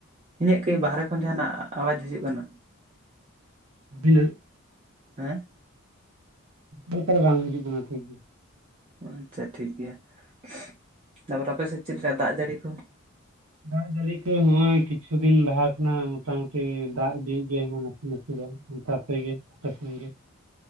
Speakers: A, on the right (about 30°); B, on the right (about 80°).
A: ᱤᱧᱟᱹᱜ ᱠᱤ ᱵᱟᱦᱨᱮ ᱠᱷᱚᱱ ᱡᱟᱦᱟᱸᱱᱟᱜ ᱟᱣᱟᱡ ᱦᱤᱡᱩᱜ ᱠᱟᱱᱟ?
B: <unintelligible>
A: ᱦᱮᱸ᱾
B: ᱚᱱᱠᱟ ᱞᱮᱠᱟ ᱫᱚ ᱵᱟᱝ ᱦᱤᱡᱩᱜ ᱠᱟᱱᱟ ᱴᱷᱤᱠ ᱜᱮᱭᱟ ᱾
A: ᱟᱪᱪᱷᱟ ᱴᱷᱤᱠ ᱜᱮᱭᱟ ᱾ ᱛᱟᱯᱚᱨ ᱟᱯᱮ ᱥᱮᱫ ᱪᱮᱫ ᱞᱮᱠᱟ ᱫᱟᱜ ᱡᱟᱹᱲᱤ ᱠᱚ?
B: ᱫᱟᱜ ᱡᱟᱹᱲᱤ ᱠᱚ ᱱᱚᱜᱚᱭ ᱠᱤᱪᱷᱩ ᱫᱤᱱ ᱞᱟᱦᱟ ᱠᱷᱚᱱᱟᱜ ᱢᱚᱴᱟᱢᱩᱴᱤ ᱫᱟᱜ ᱤᱫᱤᱭᱮᱛ ᱜᱮᱭᱟᱭ ᱱᱟᱥᱮ ᱱᱟᱥᱮ ᱫᱚ ᱾ ᱛᱟᱯᱮ ᱜᱮ ᱯᱟᱥᱮᱱ ᱜᱮ